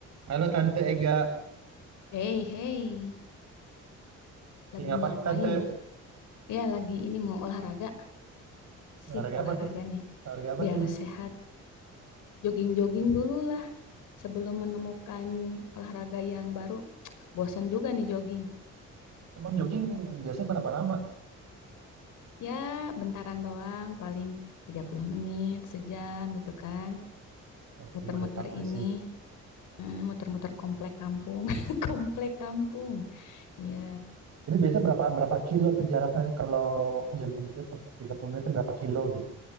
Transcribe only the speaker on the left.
Hey, hey, lagi
ngapain?
Ya, lagi ini mau olahraga.
Sik,
olahraga
nih.
Biar
sehat. Jogging-jogging dulu lah sebelum menemukan olahraga yang baru. Bosan juga nih jogging.
Ya, bentaran doang, paling 30 menit, sejam gitu kan.
Muter-muter
ini,
eh, muter-muter komplek kampung. <laughs> Komplek kampung. Ya,